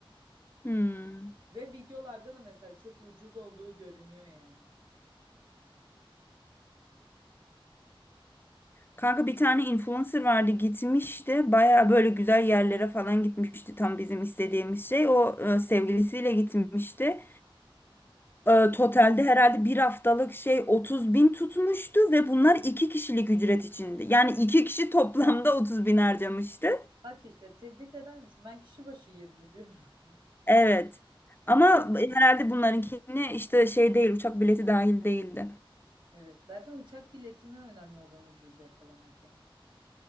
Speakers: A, on the left; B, on the right.
A: Hmm.
B: Ve videolarda da mesela çok ucuz olduğu görünüyor yani.
A: Kanka bir tane influencer vardı gitmişti. Baya böyle güzel yerlere falan gitmişti. Tam bizim istediğimiz şey. O e, sevgilisiyle gitmişti. e, totalde herhalde bir haftalık şey 30 bin tutmuştu ve bunlar iki kişilik ücret içindi. Yani iki kişi toplamda otuz bin harcamıştı.
B: Bak işte tebrik eder misin? Ben kişi başı 20 diyorum. <laughs>
A: Evet.
B: Yani
A: Ama herhalde bunlarınkini işte şey değil uçak bileti dahil değildi.
B: evet zaten uçak biletine önemli olan ucuz yakalamak yani.